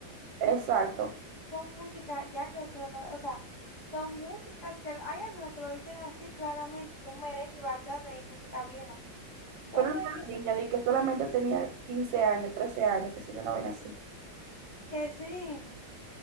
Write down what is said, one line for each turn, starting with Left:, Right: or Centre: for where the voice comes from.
Right: Exacto.
Left: son músicas, ya que lo, te lo o sea, son músicas que hay algunas que lo dicen así claramente, y son merengue y bachata y música vieja. Entonces,
Right: Pero una
Left: que,
Right: niña de que solamente tenía 15 años, 13 años, que sé yo, una vaina así.
Left: que sí.